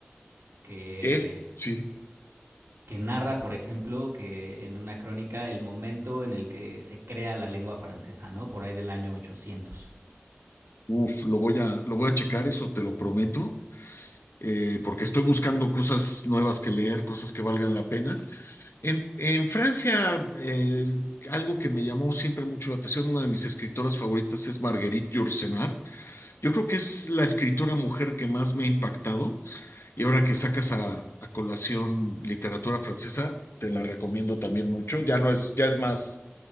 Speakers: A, on the right; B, on the left.
A: que
B: Es, sí,
A: que narra, por ejemplo, que en una crónica el momento en el que se crea la lengua francesa, ¿no? Por ahí del año 800.
B: uf, lo voy a, lo voy a checar, eso te lo prometo, eh, porque estoy buscando cosas nuevas que leer, cosas que valgan la pena. En, en Francia, eh, algo que me llamó siempre mucho la atención, una de mis escritoras favoritas es Marguerite Yourcenar. Yo creo que es la escritora mujer que más me ha impactado, y ahora que sacas a, a colación literatura francesa, te la recomiendo también mucho. Ya no es, ya es más,